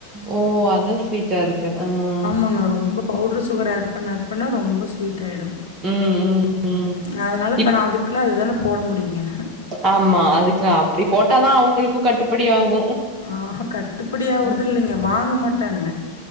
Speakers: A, on the right; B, on the left.
A: ஓ அதா ஸ்வீட்டா இருக்கு ஆ ஆ
B: அவுங்க ரொம்பப் பவுட்ரு சுகர் ஆட் பண்ண ஆட் பண்ணா ரொம்ப ஸ்விட் ஆயிடு
A: ம் ம் ம்
B: நா அதுனால இப்ப
A: இப்
B: நா அதுக்குள்ள அதுதான போட முடியுங்க
A: ஆமா அதுக்கா அப்புடி போட்டாதா அவுங்களுக்கு கட்டுப்படி ஆகு
B: ஆ கட்டுப்படி ஆவுறது
A: ஆ
B: இல்லைங்க வாங்க மாட்டாங்க